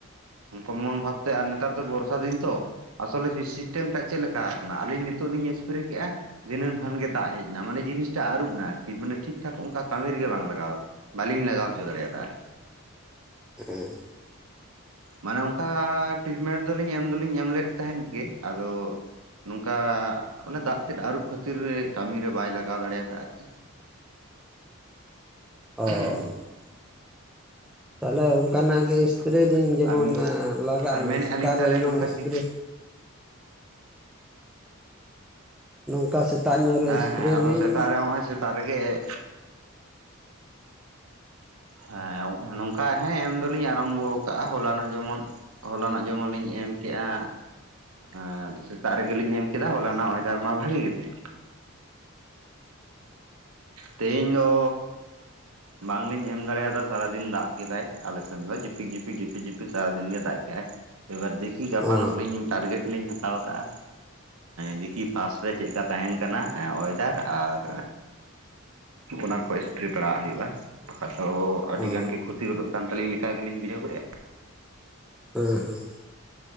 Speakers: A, on the right (about 90°); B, in the centre.
A: ᱠᱚᱢᱚᱱ ᱵᱷᱟᱵᱛᱮ ᱟᱨ ᱱᱮᱛᱟᱨ ᱫᱚ ᱵᱚᱨᱥᱟ ᱫᱤᱱ ᱛᱚ ᱟᱥᱚᱞᱮ ᱥᱤᱥᱴᱮᱢ ᱴᱟᱜ ᱪᱮᱫ ᱞᱮᱠᱟ ᱠᱟᱱᱟ ᱟᱹᱞᱤᱧ ᱱᱤᱛᱚᱜ ᱞᱤᱧ ᱥᱯᱨᱮ ᱠᱮᱜᱼᱟ ᱫᱤᱱᱟᱹᱢ ᱠᱷᱟᱱ ᱜᱮ ᱫᱟᱜ ᱦᱮᱡ ᱱᱟ ᱢᱟᱱᱮ ᱡᱤᱱᱤᱥᱴᱟ ᱟᱹᱨᱩᱵ ᱱᱟ ᱟᱨᱠᱤ ᱢᱟᱱᱮ ᱴᱷᱤᱠ ᱴᱷᱟᱠ ᱚᱱᱠᱟ ᱠᱟᱹᱢᱤ ᱨᱮᱜᱮ ᱵᱟᱝ ᱞᱟᱜᱟᱣ ᱵᱟᱹᱞᱤᱧ ᱞᱟᱜᱟᱣ ᱦᱚᱪᱚ ᱫᱟᱲᱮ ᱭᱟᱫᱟ ᱟᱨᱠᱤ
B: <unintelligible>
A: ᱢᱟᱱᱮ ᱚᱱᱠᱟ ᱴᱤᱴᱢᱮᱱᱴ ᱫᱚᱞᱤᱧ ᱮᱢ ᱫᱚᱞᱤᱧ ᱮᱢ ᱞᱮᱫ ᱛᱟᱦᱮᱸᱫ ᱜᱮ ᱟᱫᱚ ᱱᱚᱝᱠᱟ ᱚᱱᱮ ᱫᱟᱜ ᱛᱮᱫ ᱟᱹᱨᱩᱵ ᱠᱷᱟᱹᱛᱤᱨ ᱠᱟᱹᱢᱤᱨᱮ ᱵᱟᱭ ᱞᱟᱜᱟᱣ ᱫᱟᱲᱮᱭᱟᱛ ᱟᱨᱠᱤ
B: ᱳᱻ
A: ᱦᱮᱸ
B: ᱛᱟᱦᱚᱞᱮ ᱚᱱᱠᱟᱱᱟᱜ ᱜᱮ ᱮᱥᱯᱨᱮ
A: ᱛᱚ
B: ᱵᱤᱱ ᱡᱮᱢᱚᱱ
A: ᱟᱨ
B: ᱞᱟᱜᱟᱜ
A: ᱟᱨ ᱢᱮᱱᱮᱫᱼᱟ
B: ᱢᱟ ᱥᱮᱛᱟᱜ
A: ᱞᱤᱧ ᱛᱟᱦᱚᱞᱮ
B: ᱨᱮ
A: ᱱᱚᱝᱠᱟ
B: ᱤᱥᱯᱨᱮ
A: ᱪᱤᱠ
B: ᱱᱚᱝᱠᱟ ᱥᱮᱛᱟᱜ ᱧᱚᱜ ᱨᱮ
A: ᱦᱮᱸ
B: ᱮᱥᱯᱨᱮ
A: ᱦᱮᱸ ᱟᱫᱚ
B: ᱵᱤᱱ
A: ᱥᱮᱛᱟᱜ ᱨᱮ ᱦᱚᱸᱜᱼᱚᱭ ᱥᱮᱛᱟᱜ ᱨᱮᱜᱮ ᱦᱮᱸ ᱱᱚᱝᱠᱟ ᱦᱮᱸ ᱮᱢᱫᱚᱞᱤᱧ ᱟᱨᱟᱢᱵᱚ ᱠᱟᱜᱼᱟ ᱦᱚᱞᱟᱱᱚᱜ ᱡᱮᱢᱚᱱ ᱦᱚᱞᱱᱟᱜ ᱡᱮᱢᱚᱱ ᱞᱤᱧ ᱮᱢ ᱠᱮᱜᱼᱟ ᱟᱨ ᱥᱮᱛᱟᱜ ᱨᱮᱜᱮᱞᱤᱧ ᱮᱢ ᱠᱮᱫᱟ ᱦᱚᱞᱟ ᱨᱮᱱᱟᱜ ᱚᱭᱰᱟᱨ ᱢᱟ ᱵᱷᱟᱜᱤ ᱜᱮ ᱛᱟᱦᱮᱸ ᱠᱟᱱᱟ ᱛᱮᱦᱤᱧ ᱫᱚ ᱵᱟᱝ ᱞᱤᱧ ᱮᱢ ᱫᱟᱲᱮ ᱭᱟᱫᱟ ᱥᱟᱨᱟ ᱫᱤᱱ ᱫᱟᱜ ᱠᱮᱫᱟᱭ ᱟᱞᱮᱥᱱ ᱫᱚ ᱡᱤᱯᱤᱠ ᱡᱤᱯᱤᱠ ᱡᱤᱯᱤᱠ ᱡᱤᱯᱤᱠ ᱥᱟᱨᱟᱫᱤᱱ ᱜᱮ ᱫᱟᱜ ᱠᱮᱫ ᱮᱵᱟᱨ ᱫᱤᱠᱤ ᱜᱟᱯᱟᱱᱚᱜ
B: ᱚ
A: ᱞᱤᱧ ᱴᱟᱨᱜᱮᱴ ᱞᱤᱧ ᱦᱟᱛᱟᱣ ᱠᱟᱜᱼᱟ ᱫᱤᱠᱤ ᱯᱷᱟᱥᱴ ᱨᱮ ᱪᱮᱫ ᱞᱮᱠᱟ ᱛᱟᱦᱮᱱ ᱠᱟᱱᱟ ᱚᱭᱮᱫᱟᱨ? ᱟᱨ ᱚᱱᱟ ᱠᱚ ᱮᱥᱯᱮᱨᱮ ᱵᱟᱲᱟᱜ ᱦᱩᱭᱩᱜᱼᱟ ᱵᱟᱠᱟᱱ ᱫᱚ ᱟᱹᱰᱤ
B: ᱚ
A: ᱜᱟᱱ ᱜᱮ ᱠᱷᱚ <unintelligible> ᱠᱟᱱ ᱛᱟᱹᱞᱤᱧ ᱞᱮᱠᱟ ᱜᱮᱞᱤᱧ ᱵᱩᱡᱷᱟᱹᱣ ᱠᱮᱫᱼᱟ
B: ᱦᱮᱸ ᱦᱩᱸ